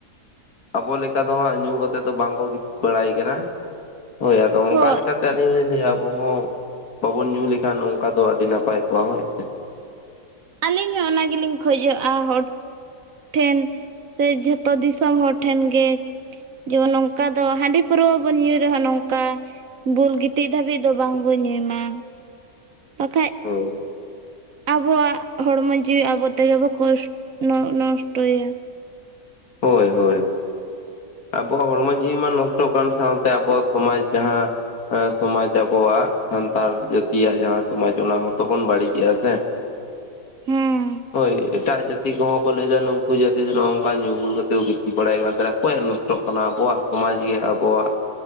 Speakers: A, on the left; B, on the right.
A: ᱟᱵᱚ ᱞᱮᱠᱟ ᱫᱚ ᱦᱟᱸᱜ ᱧᱩ ᱠᱟᱛᱮᱜ ᱫᱚ ᱵᱟᱝᱠᱚ ᱜᱤᱛᱤᱡ ᱵᱟᱲᱟᱭ ᱠᱟᱱᱟ ᱾ ᱦᱳᱭ ᱟᱫᱚ
B: ᱦᱳᱭ
A: ᱚᱠᱟ ᱞᱮᱠᱟᱛᱮ ᱟᱹᱞᱤᱧ ᱞᱤᱧ ᱞᱟᱹᱭᱟ ᱟᱵᱚᱦ ᱦᱚᱸ ᱵᱟᱵᱚᱱ ᱧᱩ ᱞᱮᱠᱷᱟᱱ ᱱᱚᱝᱠᱟ ᱫᱚ ᱟᱹᱰᱤ ᱱᱟᱯᱟᱭ ᱠᱚᱜ ᱦᱳᱭᱥᱮ
B: ᱟᱹᱞᱤᱧ ᱦᱚᱸ ᱚᱱᱟ ᱜᱮᱞᱤᱧ ᱠᱷᱚᱡᱚᱜᱼᱟ, ᱦᱚᱲ ᱴᱷᱮᱱ ᱥᱮ ᱡᱷᱚᱛᱚ ᱫᱤᱥᱚᱢ ᱦᱚᱲ ᱴᱷᱮᱱ ᱜᱮ, ᱡᱮᱢᱚᱱ ᱱᱚᱝᱠᱟ ᱫᱚ ᱦᱟᱺᱰᱤ ᱯᱟᱹᱣᱨᱟᱹ ᱵᱚᱱ ᱧᱩᱭ ᱨᱮᱦᱚᱸ ᱱᱚᱝᱠᱟ ᱾ ᱵᱩᱞ ᱜᱤᱛᱤᱡ ᱫᱷᱟᱹᱵᱤᱡ ᱫᱚ ᱵᱟᱝᱵᱚᱱ ᱧᱩᱢᱟ ᱵᱟᱠᱷᱟᱡ
A: ᱦᱳᱭ
B: ᱟᱵᱚᱣᱟᱜ ᱦᱚᱲᱢᱚ ᱡᱤᱣᱤ ᱟᱵᱚ ᱛᱮᱜᱮ ᱵᱚ ᱠᱚᱥᱴ ᱱᱚᱥᱴᱚᱭᱟ
A: ᱦᱳᱭ ᱦᱳᱭ ᱟᱵᱚᱣᱟᱜ ᱦᱚᱲᱢᱚ ᱡᱤᱣᱤ ᱢᱟ ᱱᱚᱥᱴᱚᱜ ᱠᱟᱱ ᱥᱟᱶᱛᱮ ᱟᱵᱚᱣᱟᱜ ᱥᱚᱢᱟᱡ ᱡᱟᱦᱟᱸ ᱾ ᱥᱚᱢᱟᱡ ᱟᱵᱚᱣᱟᱜ ᱥᱟᱱᱛᱟᱲ ᱡᱟᱛᱤᱭᱟᱜ ᱡᱟᱦᱟᱸ ᱥᱚᱢᱟᱡ ᱚᱱᱟ ᱦᱚᱸᱛᱚ ᱵᱚᱱ ᱵᱟᱹᱲᱤᱡ ᱜᱮᱭᱟ ᱥᱮ ᱾
B: ᱦᱮᱸ
A: ᱦᱳᱭ ᱮᱴᱟᱜ ᱡᱟᱹᱛᱤ ᱠᱚᱦᱚᱸ ᱠᱚ ᱞᱟᱹᱭ ᱮᱫᱟ, ᱱᱩᱠᱩ ᱡᱟᱹᱛᱤ ᱫᱚ ᱱᱚᱜ ᱱᱚᱝᱠᱟ ᱧᱩ ᱵᱩᱞ ᱠᱟᱛᱮ ᱠᱚ ᱜᱤᱛᱤᱡ ᱵᱟᱲᱟᱭ ᱠᱟᱱᱟ ᱾ ᱛᱚ ᱚᱠᱚᱭ ᱱᱚᱥᱴᱚᱜ ᱠᱟᱱᱟ ᱟᱵᱚᱣᱟᱜ ᱥᱚᱢᱟᱡᱽ ᱜᱮ, ᱟᱵᱚᱣᱟᱜ